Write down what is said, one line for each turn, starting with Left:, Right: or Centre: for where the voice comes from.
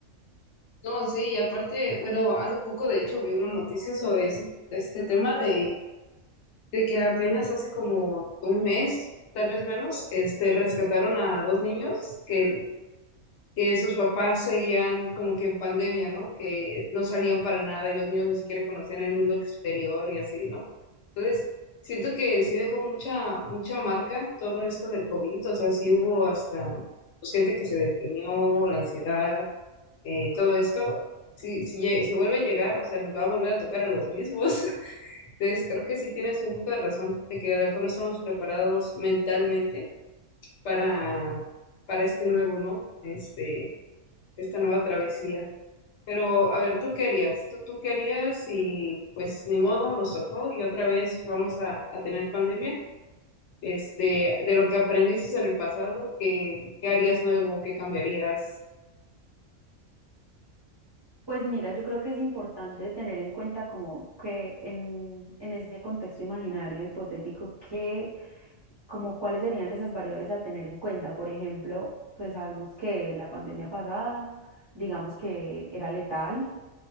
Left: No, sí, y aparte, bueno, hace poco de hecho vi una noticia sobre ese- este tema de de que apenas hace como un mes, tal vez menos, este, rescataron a dos niños que, que sus papás seguían como que en pandemia, ¿no? Que no salían para nada y los niños ni siquiera conocían el mundo exterior y así, ¿no? Entonces, siento que sí dejó mucha, mucha marca todo esto del COVID, o sea, sí hubo hasta pues, gente que se deprimió, la ansiedad, eh, todo esto. Si, si, lle- si vuelve a llegar, o sea, nos va a volver a tocar a los mismos. Entonces, creo que sí tienes un poco de razón, de que a lo mejor no estamos preparados mentalmente para, para este nuevo, ¿no? Este, esta nueva travesía. Pero, a ver, ¿tú qué harías? ¿Tú, tú qué harías? Y pues ni modo, nos tocó y otra vez vamos a, a tener pandemia. Este, de lo que aprendiste en el pasado, ¿qué, qué harías nuevo? ¿Qué cambiarías?
Right: Pues mira, yo creo que es importante tener en cuenta como que en, en ese contexto imaginario hipotético, que como cuáles serían esas variables a tener en cuenta. Por ejemplo, pues sabemos que la pandemia pasada, digamos que era letal,